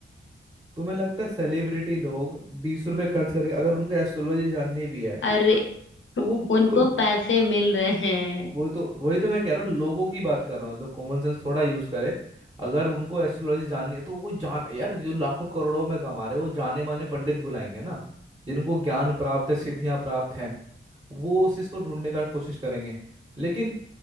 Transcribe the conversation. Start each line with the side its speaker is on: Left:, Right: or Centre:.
Right: तुम्हें लगता है सेलिब्रिटी लोग बीस रुपए खर्च करके अगर उनको एस्ट्रोलॉजी जाननी भी है
Left: अरे
Right: तो वो
Left: उनको
Right: कोई
Left: पैसे मिल रहे हैं
Right: वही तो वही तो मैं कह रहा हूँ लोगों की बात कर रहा हूँ जो कॉमन सेंस थोड़ा यूज करे अगर उनको एस्ट्रोलॉजी जाननी है तो वो जान यार जो लाखों करोड़ों में कमा रहे हैं, वो जाने माने पंडित बुलाएंगे ना जिनको ज्ञान प्राप्त है सिद्धियां प्राप्त हैं वो उस चीज को ढूंढने का कोशिश करेंगे लेकिन